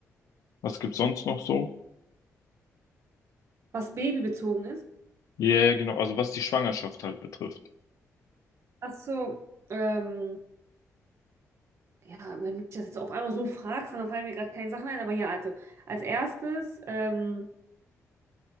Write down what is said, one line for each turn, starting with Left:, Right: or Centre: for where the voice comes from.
Left: Was gibt's sonst noch so?
Right: Was babybezogen ist.
Left: Ja, yeah, genau. Also was die Schwangerschaft halt betrifft.
Right: Ach so, ähm, ja, wenn du mich das jetzt auf einmal so fragst, dann fallen mir gerade keine Sachen ein. Aber ja, also, als erstes, ähm,